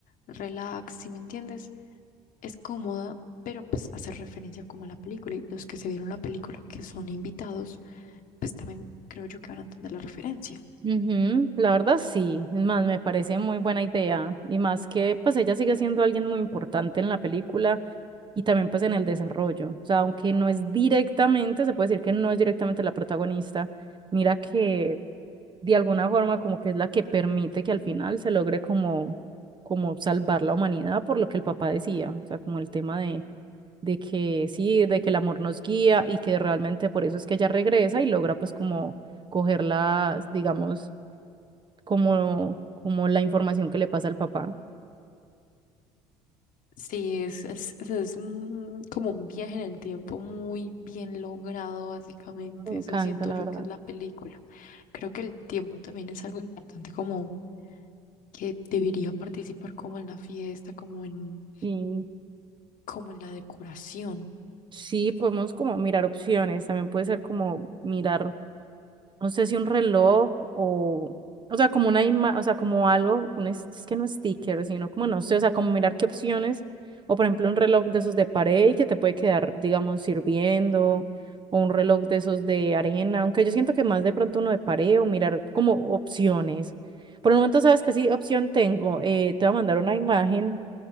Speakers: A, on the left; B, on the right.
A: relax, si me entiendes? Es cómoda, pero pues hace referencia como a la película y los que se vieron la película que son invitados, pues también creo yo que van a entender la referencia.
B: Ujú, La verdad sí, es más, me parece muy buena idea y más que pues ella sigue siendo alguien muy importante en la película y también pues en el desarrollo, o sea, aunque no es directamente, se puede decir que no es directamente la protagonista, mira que de alguna forma como que es la que permite que al final se logre como, como salvar la humanidad por lo que el papá decía, o sea, como el tema de, de que sí, de que el amor nos guía y que realmente por eso es que ella regresa y logra pues como cogerla, digamos como, como la información que le pasa al papá.
A: Sí, es, es, es- es un- como un viaje en el tiempo muy bien logrado, básicamente.
B: Me encanta,
A: Eso siento
B: la
A: yo
B: verdad.
A: que es la película. Creo que el tiempo también es algo importante, como que debería participar como en la fiesta, como en,
B: Y
A: como en la decoración.
B: sí, podemos como mirar opciones. También puede ser como mirar no sé si un reloj o, o sea, como una ima- o sea, como algo, un es, es que no sticker, sino como no sé, o sea, como mirar qué opciones, o por ejemplo un reloj de esos de pared que te puede quedar, digamos, sirviendo, o un reloj de esos de arena, aunque yo siento que más de pronto uno de pared o mirar como opciones. Por el momento sabes que sí, opción tengo, eh, te voy a mandar una imagen